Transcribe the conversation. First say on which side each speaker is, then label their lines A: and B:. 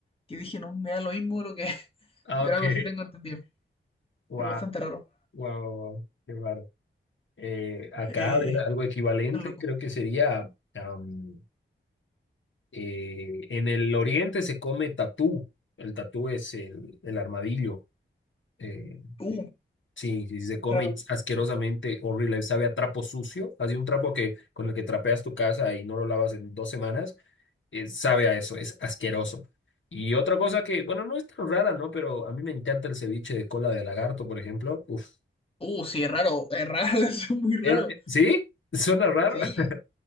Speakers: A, on the left; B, on the left.
A: que dije, no, me da lo mismo lo que es. <laughs>
B: Ah,
A: Pero
B: ok.
A: algo así tengo entendido.
B: Wow,
A: Es bastante raro.
B: wow, wow, Qué raro. Eh, acá,
A: Eh,
B: a ver, algo equivalente,
A: tan loco.
B: creo que sería, am, eh, en el oriente se come tatú. El tatú es el, el armadillo. Eh,
A: Uh,
B: sí, sí, se come
A: raro.
B: y es asquerosamente horrible. Sabe a trapo sucio. Así un trapo que con el que trapeas tu casa y no lo lavas en dos semanas, eh, sabe a eso, es asqueroso. Y otra cosa que, bueno, no es tan rara, ¿no? Pero a mí me encanta el ceviche de cola de lagarto, por ejemplo. Uf.
A: Uh, sí, es raro. Es raro, <laughs> eso es muy raro.
B: Er- ¿Sí? Suena raro.
A: Sí,
B: <laughs>